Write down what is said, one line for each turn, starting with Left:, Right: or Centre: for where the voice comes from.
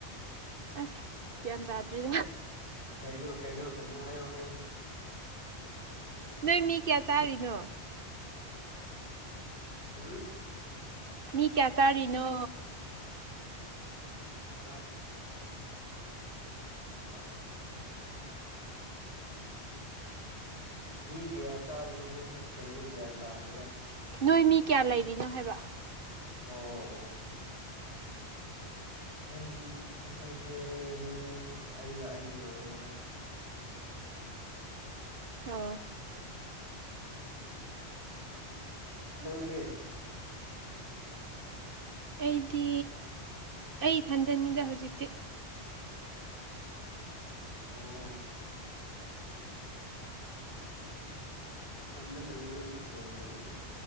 Right: ꯑꯁ ꯒ꯭ꯌꯥꯟ ꯇꯥꯗ꯭ꯔꯤꯗ ꯍꯤꯍꯤ
Left: ꯀꯩꯅꯣ ꯀꯩꯅꯣ ꯀꯩꯅꯣ ꯍꯥꯏꯌꯣ ꯍꯥꯏꯌꯣ
Right: ꯅꯣꯏ ꯃꯤ ꯀꯌꯥ ꯆꯥꯔꯤꯅꯣ
Left: ꯍꯝ
Right: ꯃꯤ ꯀꯌꯥ ꯆꯥꯔꯤꯅꯣ
Left: <unintelligible> <unintelligible> ꯃꯤ ꯀꯌꯥ ꯆꯥꯔꯤꯅꯣ ꯍꯥꯏꯁꯦ ꯀꯔꯤꯅꯣ ꯒ꯭ꯌꯥꯟ ꯇꯥꯗꯦꯗ
Right: ꯅꯣꯏ ꯃꯤ ꯀꯌꯥ ꯂꯩꯔꯤꯅꯣ ꯍꯥꯏꯕ
Left: ꯑꯣ ꯑꯣ ꯑꯩꯒꯤ ꯑꯩꯈꯣꯏꯁꯦ ꯃꯤ ꯑꯩꯒ ꯑꯩ ꯏꯃꯥꯟꯅꯕꯒ
Right: ꯑꯣ
Left: ꯅꯪꯗꯤ
Right: ꯑꯩꯗꯤ ꯑꯩ ꯊꯟꯗꯅꯤꯗ ꯍꯧꯖꯤꯛꯇꯤ
Left: ꯑꯣ ꯏꯊꯟꯇ ꯂꯩꯕ ꯅꯨꯡꯉꯥꯏꯔꯅꯤꯗ